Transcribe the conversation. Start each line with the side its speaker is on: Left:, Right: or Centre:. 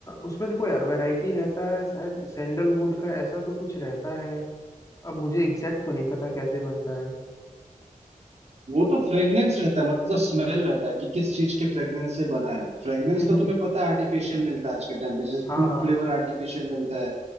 Left: उसमें देखो यार वैरायटी रहता है शायद सैंडलवुड का ऐसा तो कुछ रहता है अब मुझे एग्जैक्ट तो नहीं पता कैसे बनता है
Right: वो तो फ्रेग्रेंस रहता है मतलब स्मेल रहता है कि किस चीज के फ्रेग्रेंस से बना है फ्रेग्रेंस
Left: हम्म
Right: तो
Left: हम्म।
Right: तुम्हें पता है आर्टिफिशियल मिलता है आज के टाइम पे जैसे
Left: हाँ
Right: फूड
Left: हाँ
Right: फ्लेवर आर्टिफिशियल मिलता है